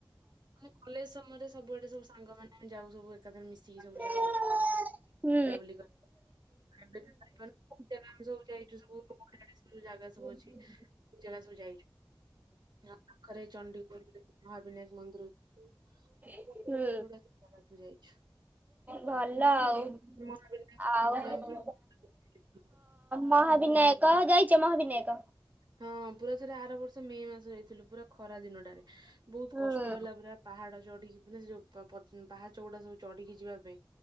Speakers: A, on the right (about 55°); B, on the right (about 20°).
A: ଆମେ କଲେଜ୍ ସମୟରେ ସବୁଆଡେ ସବୁ ସାଙ୍ଗମାନେ ଯାଉ ସବୁଆଡେ। ଏକାଥରେ ମିଶିକି ସବୁ
B: ହୁଁ
A: ଯାଉ ବୁଲାବୁଲି କରି। ଏବେ ତ ସାଙ୍ଗ ମାନେ ଆମେ ସବୁ ଯାଇଚୁ କୋଉ କୋଉ ଜାଗା ସବୁଅଛି।
B: ହୁଁ
A: ସେ ଜାଗା ସବୁ ଯାଇଚୁ। ଏହା ପାଖରେ ଚଣ୍ଡିଖୋଲ୍ ରେ ମହାବିନାୟକ ମନ୍ଦିର ଅଛି।
B: ହୁଁ
A: ପାଖରେ ବହୁତ ଗୁଡା ଜାଗା ସବୁ ଯାଇଛୁ
B: ଭଲ ଆଉ।
A: ମହାବିନାୟକ
B: ଆଉ
A: ଯାଇଥିଲୁ
B: ହଁ
A: ଆମେ ପୁରା
B: ମହାବିନାୟକ ଯାଇଚ ମହାବିନାୟକ?
A: ହଁ ପୁରା ଥରେ ଆର ବର୍ଷ ମେ ମାସ ଯାଇଥିଲୁ ପୁରା ଖରା ଦିନଟାରେ। ବହୁତ୍
B: ହୁଁ
A: କଷ୍ଟ ହେଲା ପୁରା ପାହାଡା ଚଢିକି ମାନେ ଯୋଉ ପାହାଚ ଗୁଡା ସବୁ ଚଢିକି ଯିବା ପାଇଁ